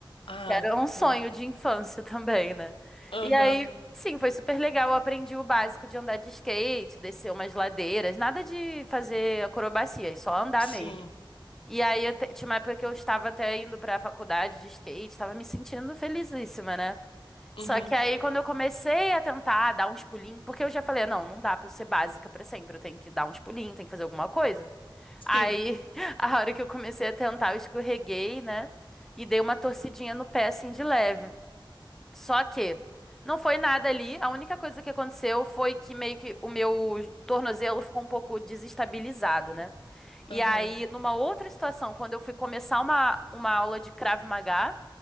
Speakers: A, on the left; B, in the centre.
A: Ah,
B: que Era um sonho
A: ah,
B: de infância <laughs> também, né?
A: aham,
B: E aí, sim, foi super legal. Eu aprendi o básico de andar de skate, descer umas ladeiras, nada de fazer acrobacia, é só andar
A: sim.
B: mesmo. E aí, eu te- tinha uma época que eu estava até indo pra faculdade de skate, estava me sentindo felizíssima, né? Só
A: Uhum,
B: que aí, quando eu comecei a tentar dar uns pulinhos, porque eu já falei, não, não dá pra eu ser básica pra sempre, eu tenho que dar uns pulinhos, tenho que fazer alguma coisa.
A: sim.
B: Aí, <laughs> a hora que eu comecei a tentar, eu escorreguei, né? E dei uma torcidinha no pé, assim, de leve. Só que não foi nada ali. A única coisa que aconteceu foi que meio que o meu tornozelo ficou um pouco desestabilizado, né? E
A: Aham.
B: aí, numa outra situação, quando eu fui começar uma, uma aula de Krav Maga,